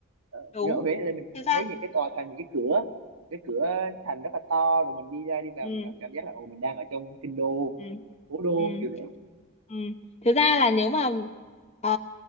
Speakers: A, on the right (about 80°); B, on the left (about 30°).
A: Ờ,
B: đúng
A: nhưng ở Huế thì mình
B: thực
A: vẫn
B: ra
A: thấy những cái tòa thành những cái cửa cái cửa thành rất là to rồi mình đi ra đi vào
B: ừ
A: mình còn cảm giác là ồ mình đang ở trong kinh đô
B: ừ
A: cố đô
B: ừ
A: kiểu thế
B: ừ thực ra là nếu mà ờ,